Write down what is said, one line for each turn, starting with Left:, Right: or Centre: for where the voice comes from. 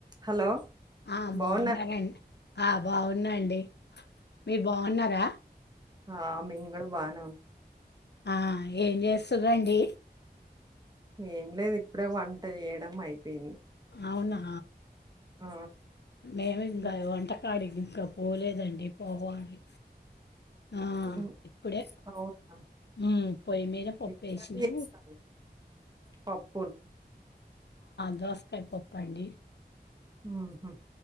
Right: Hello
Left: ఆ
Right: బాగున్నారు
Left: బాగున్నారంండి ఆ బాగున్నాండి మీరు బాగున్నారా
Right: ఆ మ మీము కూడా బానే ఉ
Left: ఆ ఏం చేస్తుందండి
Right: ఏం లేదు ఇప్పుడే వంట చేయడం అయిపోయింది
Left: అవునా
Right: ఆ
Left: మేమి ఇంకా
Right: మీ-
Left: వంటకాడి ఇంకా పోలేదండి పోవాలి ఆ
Right: ఉమ్,
Left: ఇప్పుడే
Right: అవునా
Left: ఉ పొయ్యి మీద పప్ప
Right: ఏం
Left: వేసినా
Right: కర్రీ చేస్తారు పప్పును
Left: దోసకాయ పప్ప అండి
Right: హ